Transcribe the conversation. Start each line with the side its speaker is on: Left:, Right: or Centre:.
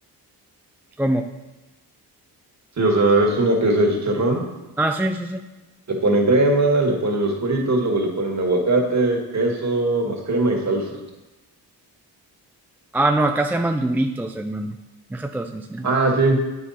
Centre: ¿Cómo?
Right: Sí, o sea, es una pieza de chicharrón,
Centre: Ah, sí, sí, sí.
Right: le ponen crema, le ponen los cueritos, luego le ponen aguacate, queso, más crema y salsa.
Centre: Ah, no, acá se llaman duritos, hermano. Déjate los enseño.
Right: Ah, sí,